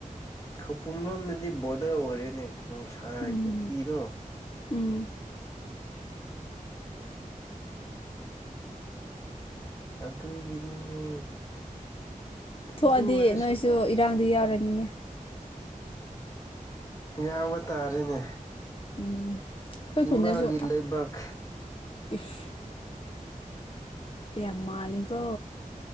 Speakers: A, on the left; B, on the left.
A: ꯈꯧꯄꯨ ꯂꯣꯝꯗꯗꯤ ꯕꯣꯔꯗꯔ ꯑꯣꯏꯔꯦꯅꯦ ꯄꯨꯡꯁꯥꯏ
B: ꯎꯝ
A: ꯀꯨꯀꯤꯗꯣ
B: ꯎꯝ
A: ꯑꯗꯨꯒꯤꯅꯤꯅꯦ
B: ꯊꯣꯛꯑꯗꯤ
A: ꯑꯗꯨ ꯑꯣꯏꯔꯁꯨ
B: ꯅꯣꯏꯁꯨ ꯏꯔꯥꯡꯗꯨ ꯌꯥꯎꯔꯅꯤꯅꯦ
A: ꯌꯥꯎꯕ ꯇꯥꯔꯦꯅꯦ
B: ꯎꯝ ꯑꯩꯈꯣꯏ ꯈꯨꯟꯗꯁꯨ
A: ꯏꯃꯥꯒꯤ ꯂꯩꯕꯥꯛ
B: <unintelligible> ꯏꯁ ꯌꯥꯝ ꯃꯥꯜꯂꯤꯀꯣ